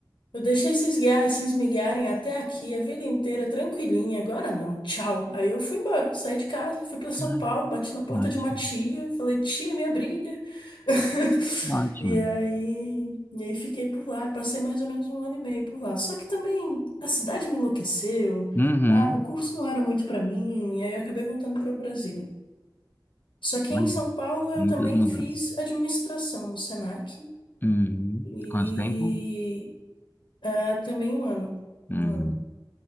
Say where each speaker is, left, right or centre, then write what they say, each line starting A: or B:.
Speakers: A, on the left; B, on the left.
A: Eu deixei vocês guiar, vocês me guiarem até aqui a vida inteira, tranquilinha. Agora não, tchau. Aí eu fui embora, saí de casa, fui pra São
B: Ai,
A: Paulo, bati na porta
B: ótimo.
A: de uma tia, falei, tia, me abriga. <laughs>
B: Ótimo.
A: E aí, e aí fiquei por lá, passei mais ou menos um ano e meio por lá. Só que também a cidade me enlouqueceu,
B: Uhum.
A: ah, o curso não era muito pra mim, aí eu acabei voltando pra Brasília. Só que
B: Olha,
A: em São Paulo eu
B: muitas
A: também
B: mudanças.
A: fiz administração no Senac
B: Uhum.
A: e
B: Quanto tempo?
A: ah, também um ano.
B: Uhum.
A: Um ano.